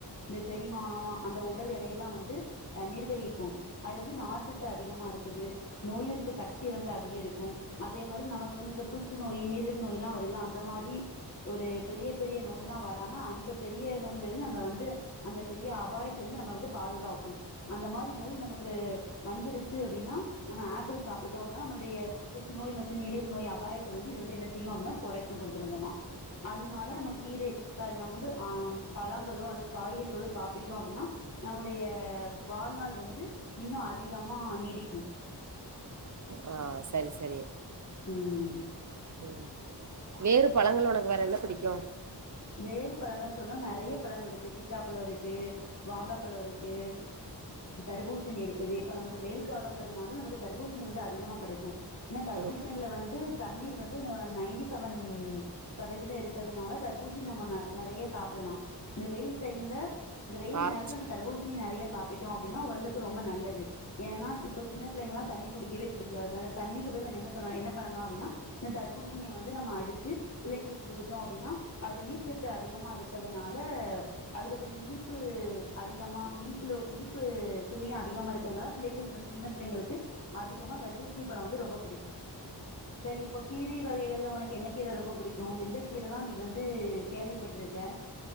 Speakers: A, on the left (about 40°); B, on the right (about 45°).
A: இந்த செரிமானோ அந்த உடல் எடையெல்லா வந்து அ நிர்வரிக்கு அதுல வந்து நார்ச்சத்து அதிமா இருக்குது நோய் எதிர்ப்பு சக்தி வந்து அதிகரிக்கு அதே மாரி நமக்கு வந்து இந்த பூச்சி நோய் நீரிழிவு நோய்ல்லா வருல அ ந்த மாரி ஒரு பெரிய பெரிய நோய்ல்லா வராம அந்த பெரிய நோயிலெந்து நம்ள வந்து அந்த பெரிய அபாயத்தலிந்து நம்மள வந்து பாதுகாக்கு அந்த மாரி நோய் நமக்கு வந்துடுச்சு அப்டின்னா நம்ம ஆப்பிள் சாப்பிட்டோ அப்பின நம்மளுடய புற்றுநோய் மற்றும் நீரிழ்வு நோய் அபயாத்த வந்து இந்து வந்து என்ன செய்யு அப்டின்னா கொறைக்கு கொஞ்சோ கொஞ்சமா அதனால நம்ம கீர சாரி நம்ம வந்து ஆம் பழங்களோ அல்லது காய்க றிகளோ சாப்பிட்டோ அப்டின்னா நம்முடய வாழ்நாள் வந்து இன்னு அதிகமா நீடிக்கு
B: ஆ சரி சரி
A: ம்.
B: ம் வேறு பழங்கள் உனக்கு வேற என்ன பிடிக்கு
A: வேறு பழங்கள் சொன்னா நெறய பழங்கள் இருக்கு சீத்தாப்பழோ இருக்கு வாழப்பழோ இருக்கு தர்பூசணி இருக்குது இப்ப நம்மளுக்கு வெயில் காலோங்குறதுனால நமக்கு தர்பூசணி வந்து அதிகமா கெடைக்கு ஏனா தர்பூசண்ல
B: ம்
A: வந்து தண்ணீர் வந்து ந நைன்டி சவன் சதவீத இருக்கற்துனால தர்பூ ஸ்ணி நம்ம நர் நெறைய சாப்படலா இந்த வெயில் டைம்ல இந்த வெயில்
B: ஆரஞ்சு
A: நேரத்தில நம்ம தர்ப்பூ சிணி நெறய சாப்பிட்டோ அப்டின்னா உடலக்கு ரொம்ப நல்லது ஏன்னா இப்ப சின்ன பிள்ளங்களா தண்ணி குடிக்கிவே குடிக்காது அந்த தண்ணிக்கு பதிலா நம்ம என்ன சொன்னா என்ன பண்ணலா அப்டினா இந்த தர்பூசணிய வந்து நம்ம அடிச்சு பிள்ளைங்களுக்கு குடுத்தோ அப்டினா அது நீர்ச்சத்து அதிகமா இருக்கிற்துனால அதுல கொஞ்சோ இனிப்பு அதிகமா இனிப்புல இனிப்பு சுவயு அதிகமா இருக்கிறனால பிள்ளைங்களுக் வந் சின்ன பிள்ளைங்களுக்கு அதிகமா தர்பூசணி பழோ வந்து ரொம்போ புடிக்கு செரி இப்போ கீரை வகைகள்ல உனக்கு என்ன கீர ரொம்போ புடிக்கு எந்த கீரல்லா நீ வந்து கேள்விப்பட்டுருக்க